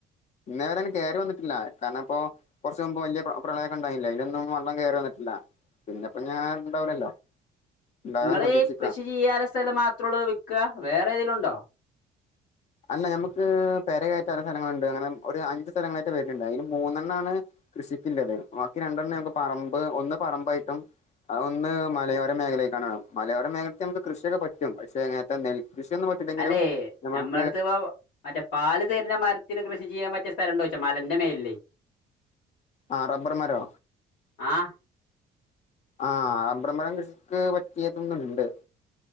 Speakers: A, on the left (about 40°); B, on the left (about 80°).
A: ഇന്നേ വരെ കയറി വന്നിട്ടില്ല കാരണം ഇപ്പോ കുറച്ച മുമ്പ് വലിയ പ്രളയൊക്കെ ഉണ്ടായിനില്ല അതിനൊന്നും വെള്ളം കേറി വന്നിട്ടില്ല ഇല്ല അങ്ങനെ ഉണ്ടാവൂലല്ലോ ഉണ്ടാകാതെ
B: നിങ്ങളി
A: പ്രതീക്ഷിക്കാം
B: കൃഷി ചെയ്യാനുള്ള സ്ഥലം മാത്രേള്ളൂ വിൽക്ക വേറെ ഏതെങ്കിലും ഉണ്ടോ
A: അല്ല നമുക്ക് പേര കൈയറ്റാൻപല സ്ഥലങ്ങളുണ്ട് അങ്ങനെ ഒരു അഞ്ച് സ്ഥലങ്ങളായിട്ട് വരുന്നുണ്ട് അതിന് മൂന്നെണ്ണണ് കൃഷിക്കില്ലത് ബാക്കി രണ്ടെണ്ണം നമ്മക്ക് പറമ്പ് ഒന്ന് പറമ്പായിട്ടും അതൊന്ന് മലയോര മേഖലേക്കാണ് മലയോര മേഖലൽ നമുക്ക് കൃഷിയൊക്കെ പറ്റും പക്ഷെ അങ്ങനത്തെ കൃഷിയൊന്നും പറ്റില്ലെങ്കിലും
B: അല്ലെ
A: നമ്മക്ക്
B: നമ്മളടുത്ത് മറ്റേ പാല് തേരുന്ന മരത്തിന് കൃഷി ചെയ്യാൻ പറ്റിയ സ്ഥലംണ്ടോച്ച മലന്റെ മേലേ
A: ആ റബ്ബർ മരോ
B: ആഹ്
A: ആ റബ്ബർ മരം കൃഷിക്ക് പറ്റിയതൊന്നും ഇണ്ട്